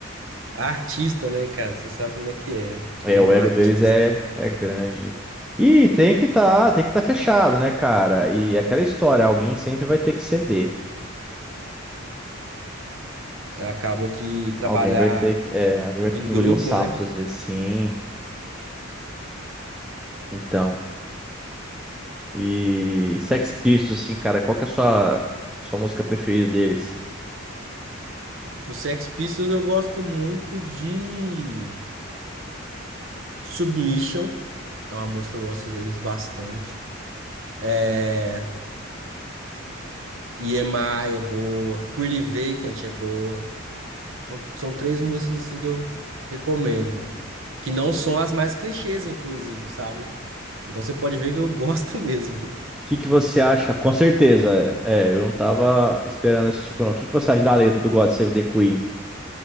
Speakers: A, on the right; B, in the centre.
A: Artista, né, cara? Você sabe como é que é. né?
B: É,
A: Não
B: o ego
A: artista.
B: deles é, é grande. E tem que tá, tem que estar fechado, né, cara? E aquela história, alguém sempre vai ter que ceder.
A: Acaba que trabalhar
B: Alguém vai ter que, é, alguém vai
A: em
B: ter que
A: grupo,
B: engolir uns sapos
A: né?
B: às vezes, sim. Então, e Sex Pistols, assim, cara, qual que é a sua, sua música preferida deles?
A: O Sex Pistols eu gosto muito de Submission. É uma música que eu gosto deles bastante. É... EMI é boa. Pretty Vacant é boa. São, são três músicas assim que eu recomendo. Que não são as mais clichês, inclusive, sabe? Então você pode ver que eu gosto <laughs> mesmo.
B: O que que você acha? Com certeza, é, eu não tava esperando esse tipo, não. O que que você acha da letra do God Save the Queen?